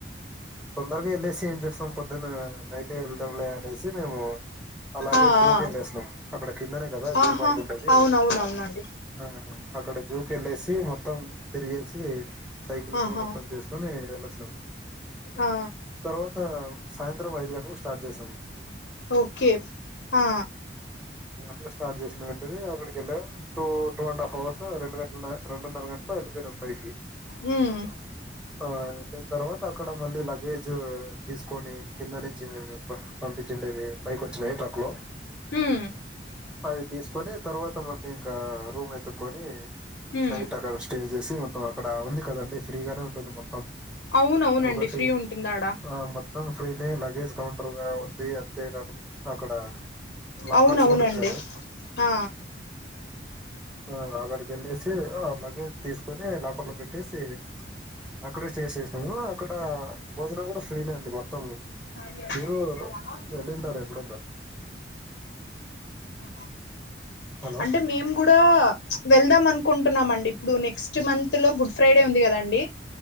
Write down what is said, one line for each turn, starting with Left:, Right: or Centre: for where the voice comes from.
Centre: తొందరగా ఎళ్ళెసి ఏం చేస్తాం పొద్దున్న నైట్ వెళ్దాంలే అనేసి మేము అలాగే
Left: ఆ ఆ
Centre: జూకి వెళ్ళేసినాం. అక్కడ కిందనే కదా జూపార్క్
Left: ఆహా
Centre: ఉంటది.
Left: అవునవునవునండి
Centre: ఆ అక్కడ జూకేళ్ళేసి మొత్తం తిరిగేసి సైక్లింగ్
Left: ఆహా
Centre: మొత్తం చేసుకొని వెళ్ళొచ్చినాము.
Left: ఆ
Centre: తర్వాత సాయంత్రం ఐదు గంటలకు స్టార్ట్ చేసాం.
Left: ఓకే ఆ
Centre: <unintelligible> స్టార్ట్ చేసిన వెంటనే అక్కడికి వెళ్ళాం. Two two and half hours రెండు గంటల రెండున్నర గంటల్లో వెళ్ళిపోయినాం పైకి.
Left: హ్మ్
Centre: ఆ నేను తర్వాత అక్కడ మళ్ళీ లగేజ్ తీసుకొని కింద నుంచి వెరు అబ్బా పంపిచ్చిఉండేది పైకి వ వచ్చినయు ట్రక్లో.
Left: ఉమ్
Centre: అవి తీసుకోని తర్వాత మళ్లీ ఇంకా రూమ్ ఎతుకొని
Left: ఉమ్
Centre: నైట్ అక్కడ స్టే చేసి తో అక్కడ ఉంది కదండి ఫ్రీగానే ఉంటుంది మొ త్తం
Left: అవునవునండి
Centre: ఒకటి
Left: ఫ్రీ ఉంటుందాడా
Centre: ఆ మొత్తం ఫ్రీనే లగేజ్ కౌం ఆ ఉంది అంతే నాకు అక్కడ లాకర్స్
Left: అవునవునండి.
Centre: కూడా ఇచ్చారు
Left: ఆ
Centre: ఆ అక్కడికి వెళ్ళేసి, ఆ లగేజ్ తీసుకొని లాకర్ లో పెట్టేసి అక్కడే స్టే చేసినము. అక్కడ భోజనం కూడా ఫ్రీనే అండి మొత్తం.
Left: వినిపియట్లే
Centre: మీరు
Left: అది ఆఫీస్
Centre: వెళ్ళింటారు
Left: నుంచి
Centre: ఎప్పుడన్నా
Left: <inaudible> ఆ
Centre: హలో
Left: అంటే మేము కూడా వె ళ్దాం అనుకుంటున్నాం అండి. ఇప్పుడు నెక్స్ట్ మంత్ లో గుడ్ ఫ్రైడే ఉంది కదండి.